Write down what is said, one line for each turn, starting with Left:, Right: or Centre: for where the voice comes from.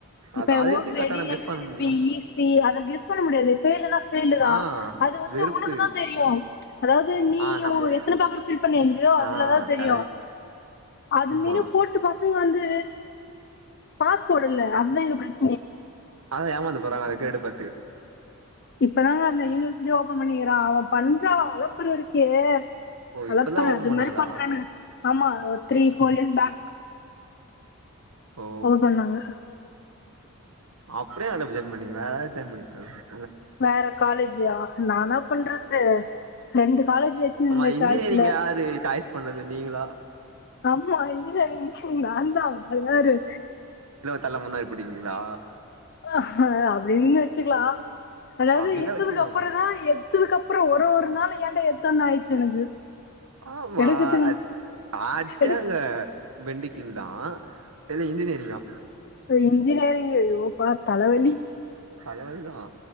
Left: இப்ப
Right: அதா அது
Left: ஓ
Right: எப்டி
Left: கிரேடு
Right: கரெக்டா நம்ம
Left: ஏ
Right: கெஸ்
Left: கிரேடு
Right: பண்ண முடியு
Left: பியி சி அத கெஸ் பண்ண முடியாது ஃபெயிலுனா ஃபெயிலுதா
Right: ஆ
Left: அது வந்து
Right: வெறுப்பு
Left: உனக்கு தா தெரியு அதாவுது நீ
Right: ஆ நம்ம
Left: உ எத்தன பேப்பர் ஃபில் பண்ணிந்தியோ அதுலதா
Right: ஆ
Left: தெரியு
Right: கரெக்ட்
Left: அது
Right: ஆமா
Left: மேரி போட்டு பசங்க வந்து பாஸ்போட் இல்ல அதுதா இங்க பிரச்
Right: அதா ஏமாந்து போறாங்க அத கிரேடு பாத்து
Left: இப்பதாங்க அந்த யூனிவர்சிட்டி ஓபன் பண்ணிக்கிறா அவ பண்ற அலப்பற இருக்கே
Right: ஓ
Left: அலப்பற
Right: இப்பதா ஓப்பம்
Left: அது
Right: பண்ணாங்களா?
Left: மாரி பண்றானுங்க ஆமா த்ரீ ஃபோர் இயர்ஸ் பேக் <unintelligible>
Right: ஓ
Left: பண்ணாங்க
Right: அப்ற ஏ அதுல போய் ஜாயின் பண்ணிங்க வேற எதா ஜாயின் பண்ணிக்லால்ல
Left: வேற காலேஜுயா நானா பண்றது ரெண்டு காலேஜ் வச்சிருந்த
Right: ஆமா இன்ஜினியரிங்
Left: சாய்ஸ்ல
Right: யாரு சாய்ஸ் பண்ணது நீங்களா
Left: ஆமா இன்ஜினியரிங் நாந்தா வேறாரு
Right: தல்ல மண் அள்ளி போட்டுக்னீங்ளா
Left: ஆஹ்ஹ அப்டின் வச்சுக்லா அதாவுது
Right: அப்டிதா
Left: ஏத்ததுக்கப்புறொ
Right: வச்சுக்கணு
Left: தா எத்ததுக்கப்றொ ஒரு ஒரு நாள் ஏன்டா எ த்தோன் ஆயிட்ச்சு எனக்கு
Right: ஆமா
Left: எடுக்கதுக்கு
Right: அத் சான்ஸே
Left: எடு
Right: இல்ல மெடிக்கல் தா இல்ல இன்ஜினியரிங்கா
Left: ஓ இன்ஜினியரிங் அயோ அப்பா தலவலி
Right: தலவலிதா